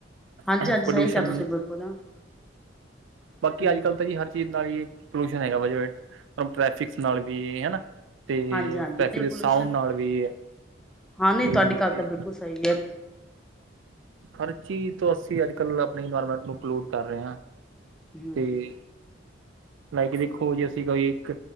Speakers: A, in the centre; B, on the right.
A: ਹਾਂਜੀ
B: ਖੰ ਮ
A: ਹਾਂਜੀ
B: ਪੱਲੂਸ਼ਣ,
A: ਸਹੀ ਕਿਹਾ ਤੁਸੀਂ ਬਿਲਕੁਲ
B: ਬਾਕੀ
A: ਹਮ
B: ਅੱਜ-ਕੱਲ ਤਾਂ ਜੀ ਹਰ ਕਿੰਨਾ ਜੀ ਪੱਲੂਸ਼ਣ ਹੈਗਾ ਵਾ ਜਿਂਵੇ, ਪਰੱਮ ਟ੍ਰੈਫਿਕਸ ਨਾਲ ਵੀ ਹੈਨਾ। ਤੇ,
A: ਹਾਂਜੀ ਹਾਂਜੀ
B: ਟਰੈਫਿੱਕ
A: ਨਹੀਂ
B: ਦੇ
A: ਪੋਲਿਊਸ਼ਨ
B: ਸਾੰਊਂਡ ਨਾਲ ਵੀ ਹੈ।
A: ਹਾਂ, ਨਹੀਂ
B: ਤੇ
A: ਤੁਹਾਡੀ
B: ਅਸੀਂ
A: ਗੱਲ ਤਾ ਬਿਲਕੁੱਲ ਸਹੀ ਹੈ।
B: ਹਰ ਚੀਜ਼ ਤੋਂ, ਅਸੀਂ ਅੱਜ-ਕੱਲ ਆਪਣੀ ਇਨਵਾਇਰਮੈਂਟ ਨੂੰ ਪੱਲੂਟ ਕਰ ਰਹੇ ਹਾਂ,
A: ਹਮ
B: ਤੇ ਲਾਈਕ ਵੇਖੋ ਜੀ, ਅਸੀਂ ਕੋਈ ਇੱਕ